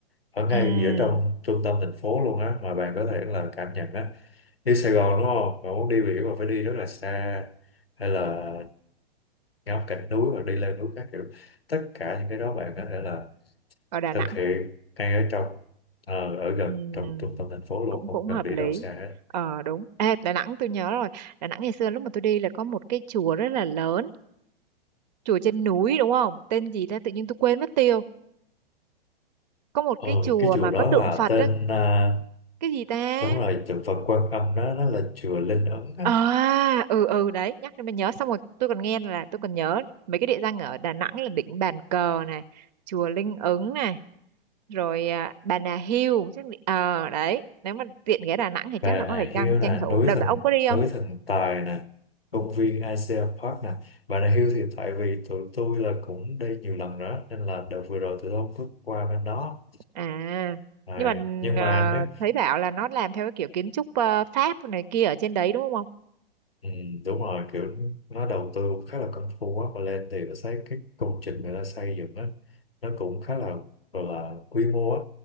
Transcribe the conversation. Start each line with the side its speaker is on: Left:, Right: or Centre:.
Left: ở ngay
Right: ừm,
Left: giữa trong trung tâm thành phố luôn á, mà bạn có thể là cảm nhận á. Đi Sài Gòn đúng không? Mà muốn đi biển mà phải đi rất là xa, hay là ngắm cảnh núi hoặc đi lên núi các kiểu. Tất cả những cái đó bạn có thể là
Right: ở Đà
Left: thực
Right: Nẵng
Left: hiện ngay ở trong, ờ, ở gần
Right: ừm,
Left: trong trung tâm thành phố luôn,
Right: cũng
Left: không
Right: cũng
Left: cần
Right: hợp
Left: đi
Right: lý
Left: đâu xa hết.
Right: ờ đúng Ê, Đà Nẵng tôi nhớ rồi Đà Nẵng ngày xưa lúc mà tôi đi là có một cái chùa rất là lớn chùa trên núi đúng không tên gì ta tự nhiên tôi quên mất tiêu có một
Left: Ờ,
Right: cái chùa
Left: cái chùa
Right: mà
Left: đó
Right: có tượng
Left: là
Right: Phật
Left: tên
Right: á
Left: à,
Right: cái gì ta
Left: đúng rồi tượng Phật Quan Âm nó nó là chùa Linh Ứng á
Right: À, ừ ừ đấy, nhắc đến mình nhớ xong rồi tôi còn nghe là tôi còn nhớ mấy cái địa danh ở Đà Nẵng là đỉnh Bàn Cờ này, chùa Linh Ứng này, rồi à, Bà Nà Hill chắc định- ờ đấy, nếu mà tiện ghé Đà Nẵng thì
Left: bà
Right: chắc là
Left: Nà
Right: có phải tranh
Left: Hill
Right: tranh
Left: nè
Right: thủ.
Left: núi
Right: Đợt
Left: thần
Right: đó ông có đi không?
Left: núi thần tài nè công viên Asia Park nè bà Nà Hill thì tại vì tụi tôi là cũng đi nhiều lần nữa nên là đợt vừa rồi tụi tôi không có qua bên đó
Right: À,
Left: à,
Right: nhưng mà
Left: nhưng mà
Right: à,
Left: nếu
Right: thấy bảo là nó làm theo cái kiểu kiến trúc à, Pháp này kia ở trên đấy đúng không?
Left: ừ, đúng rồi kiểu nó đầu tư cũng khá là công phu á và lên thì tôi thấy cái công trình người ta xây dựng á nó cũng khá là gọi là quy mô á